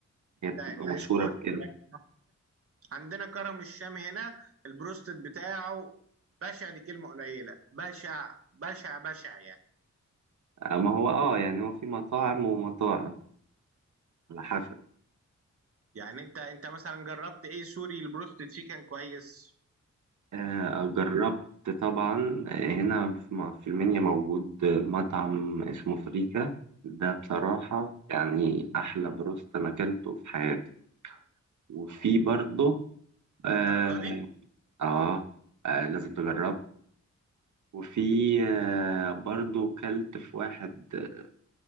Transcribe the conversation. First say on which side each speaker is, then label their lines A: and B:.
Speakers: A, on the right (about 75°); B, on the right (about 50°).
A: هي بتبقى
B: يعني
A: مشهورة
B: مش كله
A: بكده
B: يعني عندنا كرم الشام هنا البروستد بتاعه بشع دي كلمه قليله بشع بشع بشع يعني
A: آه ما هو اه يعني هو في مطاعم ومطاعم على حسب
B: يعني انت انت مثلا جربت ايه سوري البروستد فيه كان كويس
A: آه جربت طبعا آه، هنا في م- في المنيا موجود مطعم اسمه فريكا ده بصراحة يعني أحلى بروست أنا أكلته في حياتي وفي برضه آه،
B: الدرجه دي
A: اه آه، لازم تجربه وفي آه، برضو كلت في واحد آه،